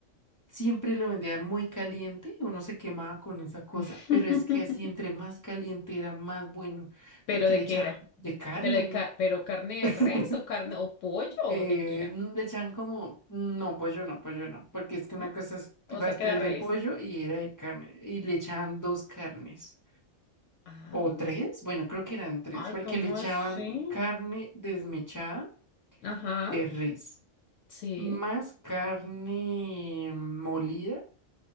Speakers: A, on the left; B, on the left.
A: siempre lo vendían muy caliente, uno se quemaba con esa cosa,
B: <laughs>
A: pero es que así entre más caliente era más bueno,
B: ¿Pero
A: porque
B: de
A: le echaban
B: qué era?
A: de carne.
B: ¿Pero, de ca- pero carne
A: <laughs>
B: de res o carne o pollo o
A: Eh,
B: de qué era?
A: n- le echan como, no, pollo no, pollo no, porque es que una
B: ¿No?
A: cosa es
B: O
A: pastel
B: sea, que era res.
A: de pollo y era de carne, y le echaban dos carnes,
B: Ah,
A: o tres, bueno, creo que eran tres,
B: ay,
A: porque
B: ¿cómo
A: le echaban
B: así?
A: carne desmechada
B: Ajá,
A: de res,
B: sí.
A: más carne molida,